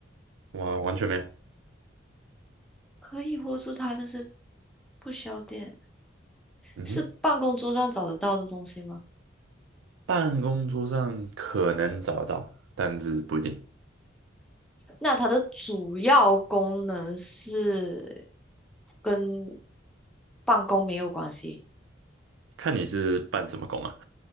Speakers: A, on the right; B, in the centre.
A: 我完全没有。
B: 可以握住它，但是不需要电，
A: 嗯哼，
B: 是办公桌上找得到的东西吗？
A: 办公桌上可能找得到，但是不一定，
B: 那它的主要功能是跟办公没有关系
A: 看你是办什么工啊。